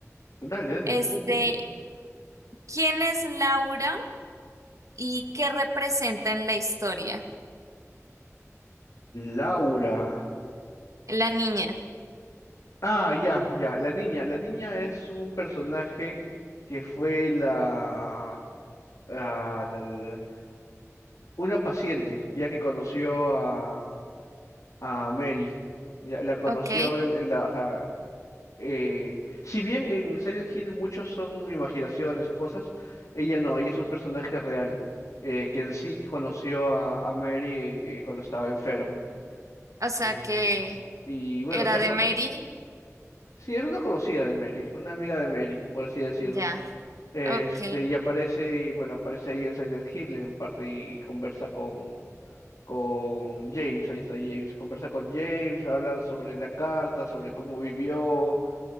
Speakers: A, on the left; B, on the right.
A: Dale, dale.
B: Este,
A: Uh, uh.
B: ¿Quién es Laura y qué representa en la historia?
A: Laura.
B: La niña,
A: Ah, ya, ya. La niña. La niña es un personaje que fue la, ah, la- la- una paciente, ya que conoció a, a Mary. Ya, la conoció
B: ok.
A: en, en la, o sea, eh, si bien en Silent Hill muchos son imaginaciones, cosas, ella no, ella es un personaje real, eh, quien sí conoció a, a Mary eh, eh, cuando estaba enferma.
B: O sea
A: Eh,
B: que
A: y bueno,
B: era
A: sí, apa-
B: de Mary,
A: sí, era una conocida de Mary, una amiga de Mary, por así decirlo.
B: ya,
A: Este,
B: ok,
A: y aparece, bueno, aparece ahí en Silent Hill en parte y conversa con, con James, ahí está James, conversa con James, habla sobre la carta, sobre cómo vivió